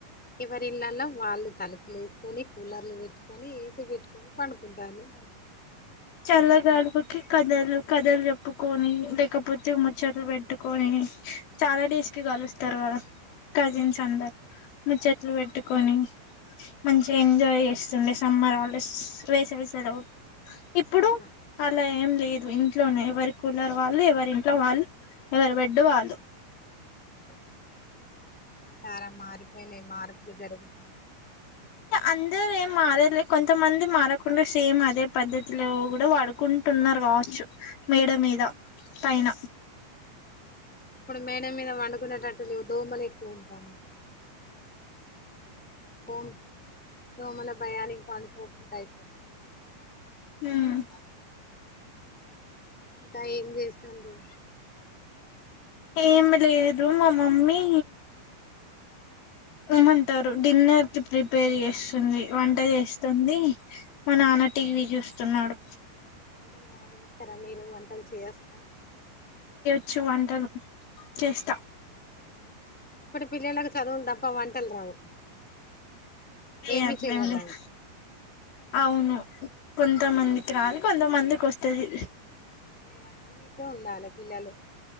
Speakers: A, in the centre; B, on the left.
A: ఎవరిళ్ళల్ల వాళ్ళు తలుపులు వేసుకొని కూలర్లు పెట్టుకొని ఏసీ పెట్టుకొని పండుకుంటాళ్ళు
B: చల్లగాడుపుకి కథలు కథలు చెప్పుకొని లేకపోతే ముచ్చట్లు పెట్టు కొని ట్టుకొని చాలా డేస్ కి కలుస్తారు వాళు కజిన్స్ అందరు ముచ్చేట్లు పెట్టుకొని మంచి ఎంజాయ్ చేస్ సండే సమ్మర్ హాలీడేస్ వేసవిసలో ఇప్పుడు
A: అలా
B: అలా ఏం లేదు ఇంట్లోనే ఎవరి కూలర్ వాళ్ళు ఎవరి ఇంట్లో వాళ్ళు ఎవరి బెడ్ వాళ్ళు
A: అంతే చాలా చాలా మారిపోయినాయి మార్పులు జరుగుతున్నాయి
B: అందరు ఏం మారలే కొంతమంది మారకుండా సేమ్ అదే పద్ధతిలో కూడా వాడుకుం ట్టున్నారు కావచ్చు మేడ మీద పైన
A: ఇప్పుడు మేడ మీద వండుకునేటట్టు లేవు దోమలు ఎక్కువ ఉంటానై భోమ్ దోమల భయానికి పండుకోకుండా అయిపోతాం
B: ఉమ్
A: ఇంకా ఏం చేస్తుండ్ర్
B: ఏమి లేదు మా మమ్మీ
A: ఉమ్
B: రమంటారు డిన్నర్ కి ప్రిపేర్ చేస్తుంది వంట చేస్తుంది మా నాన్నటి టీవీ చూస్తున్నాడు
A: వంటలు బాగా చేస్తారా మీరు వంటలు చేయస్తా
B: చ్చు వంటలు చేస్తా
A: వెరీ గుడ్ ఇప్పుడు పిల్లలకు చదువులు తప్ప వంటలు రావు
B: ఏ
A: ఏమి
B: అట్లేం
A: చేయారాదు
B: లేదు అవును కొంతమందికి రాదు కొంతమందికి వస్తది
A: మీరు ఆన్నిట్ ఉండాలి పిల్లలు